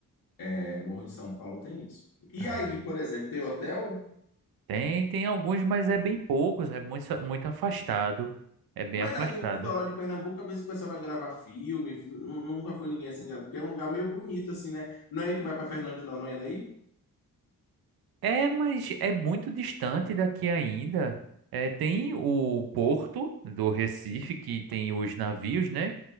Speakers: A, on the left; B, on the right.
A: é, Morro de São Paulo tem isso. E
B: Ah,
A: aí, por exemplo, tem hotel,
B: Tem, tem alguns, mas é bem poucos, é muito, muito afastado. É bem
A: mas
B: afastado.
A: aí o litoral de Pernambuco, às vezes o pessoal vai gravar filme, nu- nunca foi ninguém assim, porque é um lugar meio bonito, assim, né? Não é aí que vai para Fernando de Noronha daí?
B: É, mas é muito distante daqui ainda. É, tem o porto do Recife, que tem os navios, né?